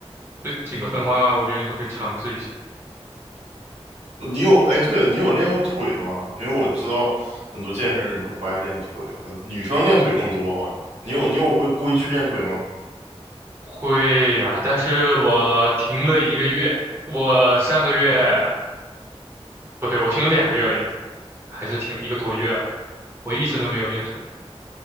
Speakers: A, on the right (about 20°); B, on the right (about 85°).
A: 这几个分化我觉得你都可以尝试一下。
B: 嗯。哦你有，哎，对了，你有练过腿吗？因为我知道很多健身人他不爱练腿，呃女生练腿更多好像。你有你有会故意去练腿吗？
A: 会呀，但是我停了一个月，我上个月，不对，我停了两个月了，已经，还是停了一个多月了，我一直都没有练腿。